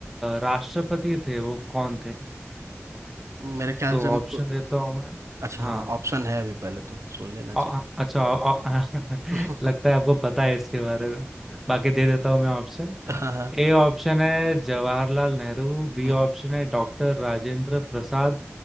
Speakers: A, in the centre; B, on the right (about 75°).
A: राष्ट्रपति थे वो कौन थे
B: मेरे ख्याल
A: तो
B: से हमको
A: ऑप्शन देता हूँ मैं
B: अच्छा
A: हाँ
B: हाँ ऑप्शन है अभी पहले तो सुन लेना चाहिए
A: अ- अच्छा अ- <laughs>
B: <laughs>
A: लगता है आपको पता है इसके बारे में बाकी दे देता हूँ मैं ऑप्शन
B: हाँ हाँ
A: ए ऑप्शन है जवाहरलाल नेहरू बी
B: हम्म,
A: ऑप्शन है doctor Rajendra Prasad